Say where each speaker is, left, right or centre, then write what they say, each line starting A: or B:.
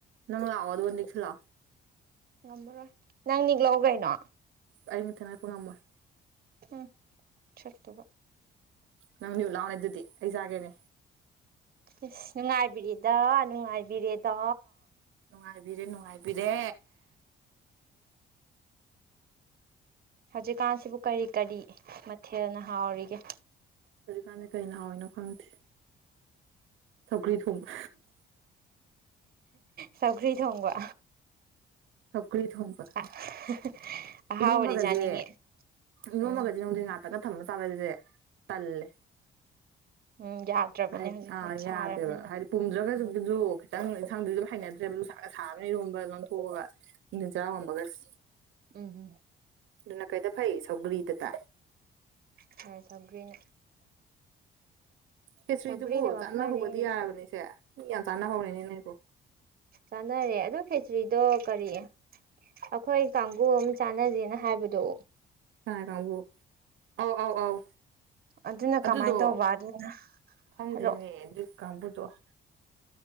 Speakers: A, on the right; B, on the right.
A: ꯅꯪ ꯂꯥꯛꯑꯦ ꯑꯗꯨꯒ ꯅꯤꯛꯁꯦ ꯂꯥꯛꯑꯦ
B: ꯉꯝꯃꯔꯣꯏ ꯅꯪ ꯅꯤꯛꯂꯥꯡꯎ ꯀꯩꯅꯣ
A: ꯑꯩ ꯏꯊꯥꯟ ꯅꯤꯛꯄꯥ ꯉꯝꯃꫭꯏ
B: ꯎꯝ ꯁꯥꯛꯇꯨꯒ
A: ꯅꯪ ꯅꯤꯛꯎ ꯂꯥꯎꯅꯦ ꯑꯗꯨꯗꯤ ꯑꯩ ꯆꯥꯒꯦꯅꯦ
B: ꯏꯁ ꯅꯨꯡꯉꯥꯏꯕꯤꯔꯦꯗꯥ ꯅꯨꯡꯉꯥꯏꯕꯤꯔꯦꯗꯥ
A: ꯅꯨꯡꯉꯥꯏꯕꯤꯔꯦ ꯅꯨꯡꯉꯥꯏꯕꯤꯔꯦ
B: ꯍꯧꯖꯤꯛꯀꯥꯟꯁꯤꯕꯨ ꯀꯔꯤ ꯀꯔꯤ ꯃꯊꯦꯜꯅ ꯍꯥꯎꯔꯤꯒꯦ
A: ꯍꯧꯖꯤꯛ ꯀꯥꯟꯗꯤ ꯀꯩ ꯍꯥꯎꯔꯤꯅꯣ ꯈꯪꯗꯦ ꯁꯧꯒ꯭ꯔꯤ ꯊꯣꯡꯕ
B: ꯁꯧꯒ꯭ꯔꯤ ꯊꯣꯡꯕ
A: ꯁꯧꯒ꯭ꯔꯤ ꯊꯣꯡꯕ
B: <inaudible>
A: ꯏꯔꯣꯝꯕꯒꯁꯦ
B: ꯆꯥꯅꯤꯡꯉꯤ
A: ꯏꯔꯣꯝꯕꯒꯁꯦ
B: ꯎꯝ
A: ꯅꯨꯡꯗꯤꯟ ꯉꯥꯛꯇꯒ ꯊꯝꯃꯥ ꯆꯥꯕꯁꯦ ꯇꯥꯜꯂꯦ
B: ꯎꯝ ꯌꯥꯗ꯭ꯔꯕꯅꯦ
A: ꯍꯥꯏ
B: ꯍꯧꯖꯤꯛꯀꯥꯟ
A: ꯑ
B: ꯁꯥꯔꯕꯅꯤꯅ
A: ꯌꯥꯗꯦꯕ ꯍꯥꯏꯗꯤ ꯄꯨꯨꯝꯗꯔꯒꯁꯨ
B: ꯎꯝ
A: <unintelligible> ꯇꯪ ꯏꯟꯁꯥꯡꯗꯨꯗꯤ ꯑꯗꯨꯝ ꯍꯩꯅꯗ꯭ꯔꯦꯕ ꯅꯨꯡꯁꯥꯒ ꯁꯥꯥꯕꯅ ꯏꯔꯣꯟꯕ ꯂꫭꯟꯊꯣꯛꯑꯒ ꯅꯨꯡꯊꯤꯟ ꯆꯔꯥ ꯋꯥꯟꯕꯒꯁꯦ
B: ꯎꯝ ꯎꯝ꯫
A: ꯑꯗꯨꯅ ꯀꯩꯗ ꯐꯩ ꯁꯧꯒ꯭ꯔꯤꯗ ꯇꯥꯏ
B: ꯐ꯭ꯔꯦ ꯁꯧꯒ꯭ꯔꯤꯅ
A: ꯈꯦꯆ꯭ꯔꯤꯗꯨꯕꯨ
B: ꯁꯧꯒ꯭ꯔꯤꯅ ꯃꯐꯔꯦ
A: ꯆꯥꯅ ꯍꯧꯕꯗꯤ ꯌꯥꯔꯕꯅꯦꯁꯦ ꯃꯤ ꯌꯥꯝ ꯆꯥꯅꯍꯔꯦꯅꯦ ꯅꫭꯏꯕꯨ
B: ꯆꯥꯟꯅꯔꯦ ꯑꯗꯣ ꯈꯦꯆ꯭ꯔꯤꯗꯣ ꯀꯔꯤ ꯑꯩꯈꯣꯏ ꯀꯥꯡꯒꯨ ꯑꯃ ꯆꯥꯅꯁꯦꯅ ꯍꯥꯏꯕꯗꯣ
A: ꯀꯅꯥꯒꯤ ꯀꯥꯡꯒꯨ ꯑꯥꯎ ꯑꯥꯎ ꯑꯥꯎ
B: ꯑꯗꯨꯅ
A: ꯑꯗꯨꯗꯣ
B: ꯀꯃꯥꯏꯅ ꯇꯧꯕ ꯑꯗꯨꯅ
A: ꯈꯪꯗꯦꯅꯦ
B: ꯍꯥꯏꯔꯛꯑꯣ
A: ꯑꯗꯨꯒꯤ ꯀꯥꯡꯕꯨꯗꫭ